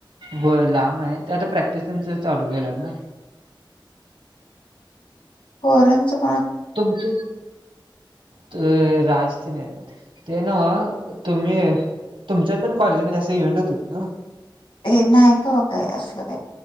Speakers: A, on the right (about 75°); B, on the left (about 75°).
A: व्हय. लांब आहे. ते आता प्रॅक्टिस त्यांच चालू केलं ना?
B: पोरांचं -
A: तुमच, ते राजतेन आहेत मध्ये. ते ना? तुम्ही-तुमच्या पण कॉलेजमध्ये असे इव्हेंट होत्यात ना?
B: हे नाही कावा काय असलं काय,